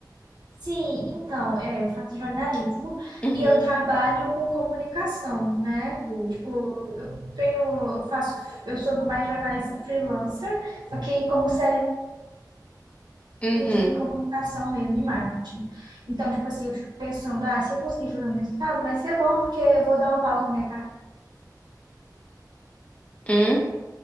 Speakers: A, on the right; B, on the left.
A: Sim, então, é, eu faço jornalismo
B: Uhum.
A: e eu trabalho com comunicação, né?
B: Uhum.
A: Tipo, eu tenho, eu faço, eu sou mais jornalista freelancer, só que como CLT
B: Uhum.
A: de comunicação mesmo e marketing. Então, tipo assim, eu fico pensando, ah, se eu conseguir fazer um mestrado, vai ser bom, porque eu vou dar uma pausa na minha carreira.
B: Hum?